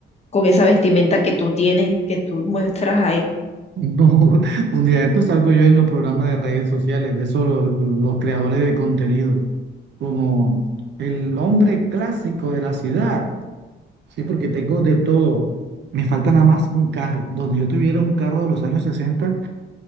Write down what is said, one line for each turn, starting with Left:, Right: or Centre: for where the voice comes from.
Left: con esa vestimenta que tú tienes, que tú muestras ahí.
Right: No, <laughs> un día de esto salgo yo en los programas de redes sociales, de eso lo- los, creadores de contenido, como el hombre clásico de la ciudad, sí, porque tengo de todo. Me falta nada más un carro. Donde yo tuviera un carro de los años 60,